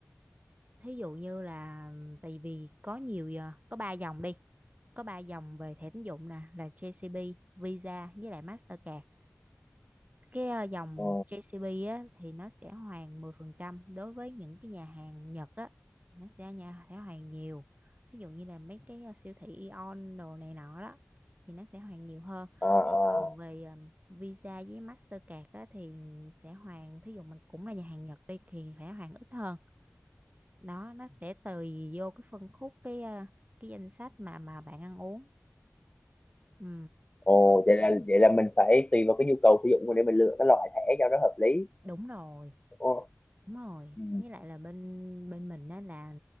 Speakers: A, on the right; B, on the left.
A: thí dụ như là tại vì có nhiều giờ- có ba dòng đi có ba dòng về thẻ tín dụng nè là JCB, Visa với lại Mastercard cái ờ, dòng
B: ờ
A: JCB á, thì nó sẽ hoàn 10% đối với những cái nhà hàng Nhật á thì nó sẽ nhà sẽ hoàn nhiều ví dụ như là mấy cái ờ, siêu thị Aeon đồ này nọ đó thì nó sẽ hoàn nhiều hơn
B: ờ ờ.
A: còn về ờ, Visa với Mastercard á, thì sẽ hoàn thí dụ mình cũng là nhà hàng Nhật đi thì sẽ hoàn ít hơn đó nó sẽ tùy vô cái phân khúc cái ờ, cái danh sách mà mà bạn ăn uống ừ
B: ồ vậy là vậy là mình phải tùy vào cái nhu cầu sử dụng để mình lựa cái loại thẻ cho nó hợp lý
A: đúng rồi
B: Ồ.
A: đúng rồi
B: Ừ.
A: với lại là bên bên mình á là